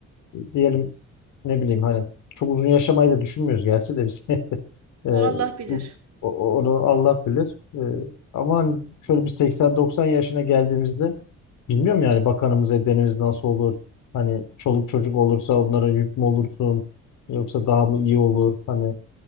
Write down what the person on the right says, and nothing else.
O Allah bilir.